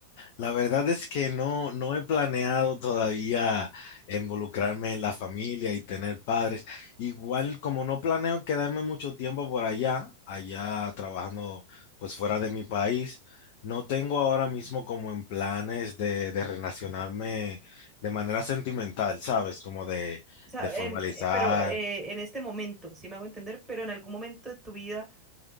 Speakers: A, on the left; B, in the centre.
A: La verdad es que no, no he planeado todavía involucrarme en la familia y tener padres. Igual como no planeo quedarme mucho tiempo por allá, allá trabajando pues fuera de mi país, no tengo ahora mismo como en planes de, de relacionarme de manera sentimental, ¿sabes? Como de,
B: O sea,
A: de formalizar.
B: en, eh, pero eh, en este momento, si me hago entender, pero en algún momento de tu vida